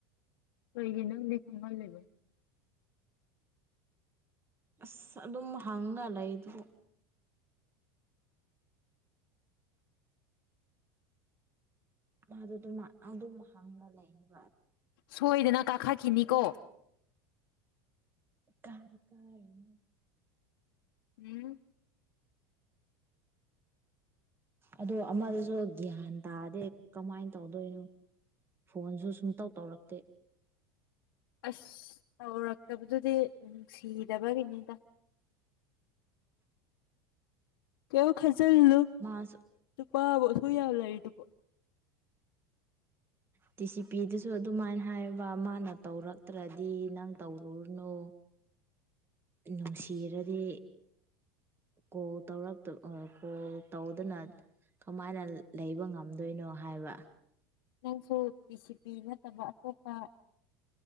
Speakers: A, on the left; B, on the right.
A: ꯀꯩꯒꯤ ꯅꯪꯗꯤ ꯈꯪꯍꯜꯂꯤꯕ
B: ꯑꯁ ꯑꯗꯨꯝ ꯍꯪꯒ ꯂꯩꯗꯨꯕꯨ <inaudible> <inaudible> ꯃꯥꯗꯨ ꯑꯗꯨ ꯑꯗꯨꯝ ꯍꯪꯔ ꯂꯩꯑꯦ
A: ꯁꯣꯏꯗꯅ ꯀꯥꯈꯠꯈꯤꯅꯤꯀꯣ
B: ꯀꯥꯗꯤ ꯀꯥꯔꯣꯏꯍꯦ
A: ꯎꯝ
B: ꯑꯗꯣ ꯑꯃꯗꯨꯁꯨ ꯒ꯭ꯌꯥꯟ ꯇꯥꯗꯦ ꯀꯃꯥꯏ ꯇꯧꯗꯣꯏꯅꯣ ꯐꯣꯟꯁꯨ ꯁꯨꯡꯇꯧ ꯇꯧꯔꯛꯇꯦ
A: ꯑꯁ ꯇꯧꯔꯛꯇꯕꯗꯨꯗꯤ ꯅꯨꯡꯁꯤꯗꯕꯒꯤꯅꯤꯗ ꯀꯩꯝ ꯈꯟꯖꯤꯜꯂꯨ
B: ꯃꯥꯁꯨ
A: ꯅꯨꯄꯥꯕꯨ ꯑꯁꯨꯛ ꯌꯥꯝ ꯂꯩꯔꯤꯗꯨꯕꯨ
B: ꯇꯤ ꯁꯤ ꯄꯤꯗꯁꯨ ꯑꯗꯨꯃꯥꯏꯅ ꯍꯥꯏꯕ ꯃꯥꯅ ꯇꯧꯔꯛꯇ꯭ꯔꯗꯤ ꯅꯪ ꯇꯧꯔꯨꯔꯅꯨ ꯅꯨꯡꯁꯤꯔꯗꯤ ꯀꯣꯜ ꯇꯧꯔꯛꯇ ꯑ ꯀꯣꯜ ꯇꯧꯗꯅ ꯀꯃꯥꯏꯅ ꯂꯩꯕ ꯉꯝ ꯉꯝꯗꯣꯏꯅꯣ ꯍꯥꯏꯕ
A: ꯅꯪꯁꯨ ꯄꯤ ꯁꯤ ꯄꯤ ꯅꯠꯇꯕ ꯑꯇꯣꯞꯄ